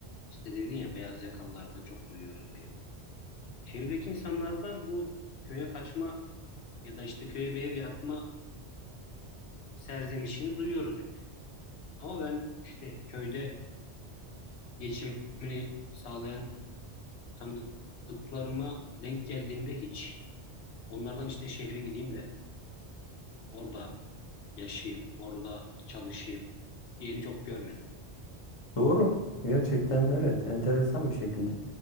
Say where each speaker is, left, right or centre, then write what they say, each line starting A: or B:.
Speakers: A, on the left (about 70°); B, on the left (about 35°).
A: işte dedin ya beyaz yakalılardan çok duyuyoruz diye. Şehirdeki insanlardan bu köye kaçma ya da işte köye bir ev yapma serzenişini duyuyoruz hep. Ama ben işte köyde geçimini sağlayan tanıdıklarıma denk geldiğimde hiç onlardan işte şehre gideyim de orada yaşayayım, orada çalışayım diyeni çok görmedim.
B: doğru gerçekten evet enteresan bir şekilde